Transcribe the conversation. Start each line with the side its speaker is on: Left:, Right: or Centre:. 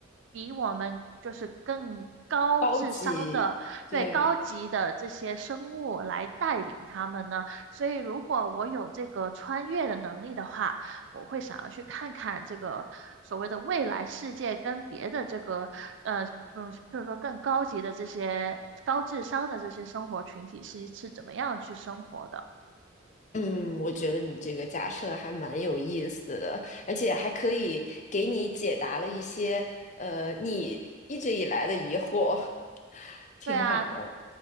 Right: 比我们就是更高智商的，
Left: 高级，对，
Right: 对，高级的这些生物来带领他们呢。所以，如果我有这个穿越的能力的话，我会想要去看看这个所谓的未来世界跟别的这个呃。嗯，譬如说更高级的这些高智商的这些生活群体是是怎么样去生活的？
Left: 嗯，我觉得你这个假设还蛮有意思的，而且还可以给你解答了一些呃你一直以来的疑惑，<laughs> 挺好的。
Right: 对啊，